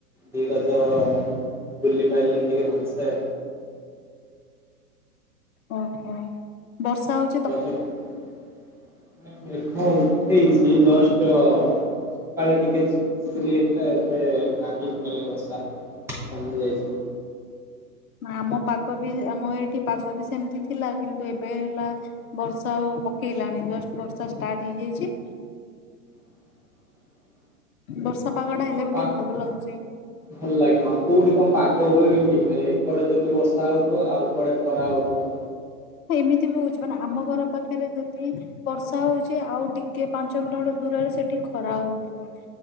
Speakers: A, in the centre; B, on the left.
A: ଦୁଇ ରଜ। ବୁଲି ପାଇଲି ଟିକେ ଭଲସେ।
B: ଓହୋ ବର୍ଷା ହଉ
A: <unintelligible> ମେଘ ଉଠେଇଛି ଜଷ୍ଟ। କାଲି ଟିକେ ଝିପ୍ରି ଝିପ୍ରୀ ହେଇଥିଲା ଏବେ ନାହିଁ ଗୋଟାଲି ବର୍ଷା ନ୍ଦ ହେଇଯାଇଛି।
B: ଆମ ପାଗ ବି ଆମ ଏଇଠି ପାଗ ବି ସେମିତି ଥିଲା କିନ୍ତୁ ଏବେ ହେଲା। ବର୍ଷା ଆଉ ପକେଇଲାଣି ଜଷ୍ଟ ବର୍ଷା ଷ୍ଟାର୍ଟ ହେଇଯାଇଛି।
A: <inaudible> <unintelligible>
B: ବର୍ଷା ପାଗ ଟା ହେଲେ ବି
A: ପା
B: ଟିକେ ଭଲ ଲାଗୁଛି।
A: ଭଲ ଲାଗେ ହଁ କୋଉଠି କଣ ପାଗ ହଏ ବି ଠିକ ନାନେ ଏଟେ ଯଦି ବସ। କସା ହେଉଥିବ ଆଉ କୁଆଡେ ଖରାହେଉଥିବ।
B: ଏମିତି ବି ହଉଛି ମାନେ ଆମ ଘର ପାଖରେ ସେଠି ବର୍ଷା ହଉଛି ଆଉ ଟିକେ ପାଞ୍ଚ କିଲୋମିଟର ଦୂରରେ ସେଠି ଖରା ହଉଥିବ।